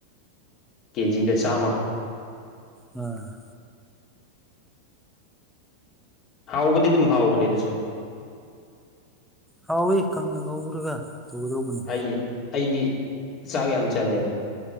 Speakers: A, on the left; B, in the centre.
A: ꯀꯦꯖꯤꯗ ꯆꯥꯝꯃ
B: ꯎꯝ
A: ꯍꯥꯎꯕꯗꯤ ꯑꯗꯨꯝ ꯍꯥꯎꯕꯅꯦ ꯑꯗꯨꯁꯨ
B: ꯍꯥꯎꯋ ꯈꯪꯅ ꯉꯧꯔꯒ ꯇꯧꯒꯗꯧꯕꯅꯦ
A: ꯑꯩ ꯑꯩꯗꯤ ꯆꯥꯛ ꯌꯥꯝ ꯆꯜꯂꯦ ꯑꯗꯣ